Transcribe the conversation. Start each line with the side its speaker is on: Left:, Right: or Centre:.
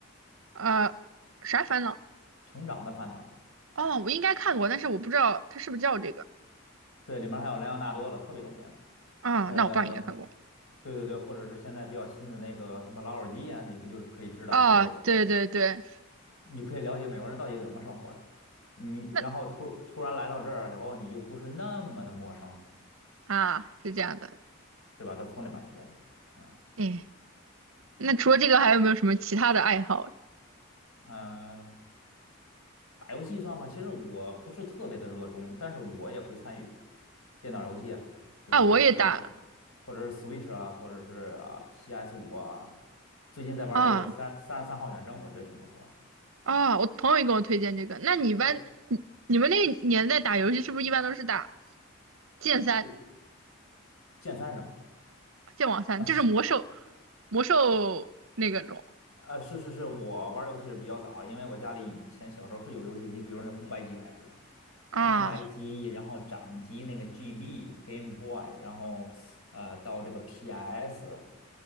Right: 呃，啥烦恼？
Left: 《成长的烦恼》
Right: 哦，我应该看过，但是我不知道他是不是叫这个
Left: 对，里面还有莱昂纳多了，特别有名。
Right: 啊。
Left: 呃，
Right: 那我爸应该看过
Left: 对对对，或者是现在比较新的那个什么老友记啊，你不就是可以知道它这个，
Right: 啊，对对对，
Left: 你可以了解美国人到底怎么生活的。你然后突突然来到这儿以后，
Right: 那
Left: 你就不是那么的陌生，
Right: 啊是这样的，
Left: 对吧？都是从里面学的啊。
Right: 哎，那除了这个还有没有什么其他的爱好？
Left: 嗯、打游戏算吧，其实我不是特别的热衷，但是我也会参与电脑游戏啊，就是或者是或者是
Right: 啊，我也打
Left: Switch 啊，或者是啊 PS 五啊。最近在玩这个三三十三号远征，
Right: 啊
Left: 我觉得挺不错的。
Right: 啊，我朋友也给我推荐这个。那你一般你你们那个年代打游戏是不是一般都是打
Left: 我
Right: 剑三？
Left: 我剑三是什么？
Right: 剑网三就是魔兽，
Left: 啊，
Right: 魔兽那个种
Left: 呃，是是是，我玩儿游戏是比较早，因为我家里以前小时候是有游戏机，比如那红白机开始的，
Right: 啊
Left: 红白机，然后掌机那个 GB Game Boy，然后呃到这个 PS，